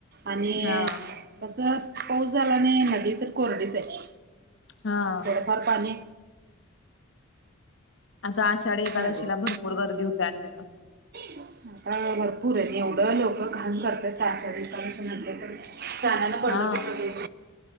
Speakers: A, on the right (about 45°); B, on the left (about 60°).
A: आणि
B: हा
A: कसं पाऊस झाला नाही नदी तर कोरडीच आहे.
B: हा.
A: थोडफार पाणी.
B: आता आषाढी एकादशीला
A: नदीला
B: भरपूर गर्दी होते आणि तिथं.
A: आता भरपूर आहे एवढं लोक घाण करतात त्या आषाढी म्हटले कनी शहाण्याने पंढरपूर
B: हा
A: नदीवर.